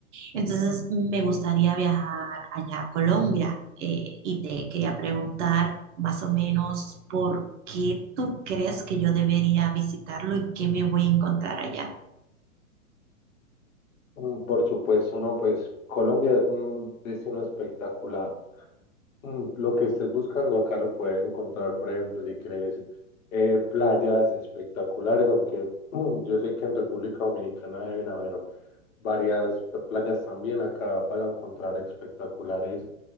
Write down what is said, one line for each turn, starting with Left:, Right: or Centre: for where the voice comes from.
Right: Entonces, me gustaría viajar allá a Colombia eh, y te quería preguntar más o menos por qué tú crees que yo debería visitarlo y qué me voy a encontrar allá.
Left: Mm, Por supuesto, no, pues Colombia es un destino espectacular. Mm, Lo que estés buscando acá lo puedes encontrar, por ejemplo, si quieres eh, playas espectaculares, aunque <clears throat> mm, yo sé que en República Dominicana deben haber varias playas también. Acá vas a encontrar espectaculares